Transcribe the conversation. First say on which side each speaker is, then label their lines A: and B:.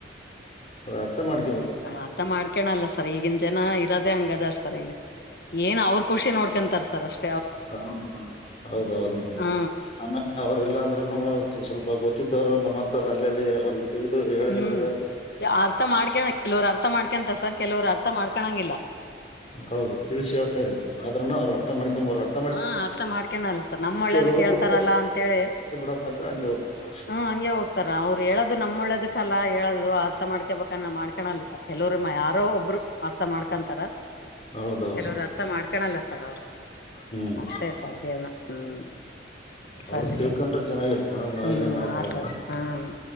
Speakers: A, on the left (about 35°); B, on the left (about 55°).
A: ಅವ್ರ್ ಅರ್ಥ ಮಾಡ್ಕಮ್
B: ಅದ್ ಅರ್ಥ ಮಾಡ್ ಹಾಕಣಲ್ಲ ಸರ್ ಈಗಿನ ಜನ ಇರೋದೆೇ ಹಂಗದಾರ್ ಸರ್ ಈಗ ಏನ್ ಅವ್ರ್ ಖುಷಿ ನೋಡ್ಕೊಂತಾರ ಸರ್ ಅಷ್ಟ್
A: ಹೌದು ಹೌದೌದು ಮೇಡಮ್
B: ಹಾ
A: ಆಮೇಲ್ ಅವ್ರ್ ಇಲ್ಲಾಂದ್ರುನು ಸ್ವಲ್ಪ ಗೊತ್ತಿದ್ದವರು ನಮ್ಮಂತರ್ ಅಲ್ಲಲ್ಲಿ ಅವ್ರಿಗ್ ತಿಳಿದು ಹೇಳಿದರು
B: ಹ್ಮ್
A: ಕೂಡ
B: ಅರ್ಥ ಮಾಡ್ಕಣ ಕೆಲವ್ರು ಅರ್ಥ ಮಾಡ್ಕೊಂತಾರ ಸರ್ ಕೆಲವ್ರು ಅರ್ಥ ಮಾಡ್ಕಳಂಗಿಲ್ಲ
A: ಹೌದು ತಿಳಿಸಿ ಹೇಳ್ತ ಇದೀವಿ ನಾವು ಆದ್ರೂನು ಅವ್ರ್ ಅರ್ಥ ಮಾಡ್ಕೊಂಬರಲ್
B: ಹಾ ಅರ್ಥ ಮಾಡ್ಕೇನಲ್ಲ ಸರ್ ನಮ್ಮ ಒಳ್ಳೇದಕ್ಕ್
A: ಕೆಲವೊಬ್ರು
B: ಹೇಳ್ತಾರಲ್ಲ ಅಂತೇಳಿ
A: ಬಿಡಪ್ಪ ಅಂತ ಹಂಗೆ ಹೋಗ್ತಾರ
B: ಹೂಂ ಹಂಗೆ ಹೋಗ್ತಾರ ಅವ್ರು ಹೇಳೋದು ನಮ್ಮೋಳ್ಳೆದಕ್ಕಲ್ಲ ಹೇಳೋದು ಅರ್ಥ ಮಾಡ್ಕೊಬೇಕನಾ ಮಾಡ್ಕೆಣಲ್ಲ ಸರ್. ಕೆಲವರು ಮಾ ಯಾರೋ ಒಬ್ರು ಅರ್ಥ ಮಾಡ್ಕೊಂತಾರ
A: ಹೌದೌದು
B: ಕೆಲವರು
A: ಮೇಡಮ್
B: ಅರ್ಥ ಮಾಡ್ಕಣಲ್ಲ ಸರ್ ಅವರು.
A: ಹ್ಮ್
B: ಅಷ್ಟೇ ಸರ್ ಜೀವನ ಹ್ಮ್. ಸರಿ
A: ಅವ್ರು ತಿಳ್ಕೊಂಡ್ರೆ
B: ಸರ್
A: ಚೆನ್ನಾಗಿರುತ್ತೆ ಮೇಡಮ್ ನಾವ್
B: ಹ್ಮ್
A: ಏನ್ ಮಾಡಕ್ಕಾಗಲ್ಲ
B: ಹಾ ಸರ್ ಹ್ಮ್.